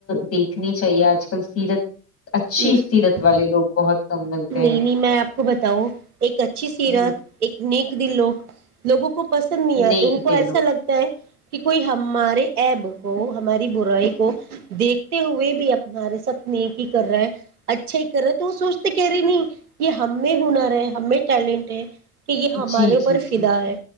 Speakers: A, on the left; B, on the right.
A: دیکھنی چاہیے آج کل سیرت اچھی
B: نہیں
A: سیرت والے لوگ بہت کم ملتے
B: نہیں
A: ہیں
B: میں آپ کو بتاؤ ایک اچھی سیرت
A: ہ
B: ایک نیک دن لوگ لوگوں کو پسند نہیں آ
A: نیک
B: تو ان کو
A: دل
B: ایسا
A: لوگ
B: لگتا ہے کہ کوئی ہمارے ایب کو ہماری برائی کو دیکھتے ہوئے بھی ہمارے سپنے کی کر رہا ہے اچھا ہی کر رہا ہے تو وہ سوچتے کہہ رہے نہیں کہ ہم میں ہنر ہے ہم میں ٹیلنٹ ہے کہ یہ ہمارے
A: جی
B: اوپر
A: جی
B: فدا
A: جی
B: ہے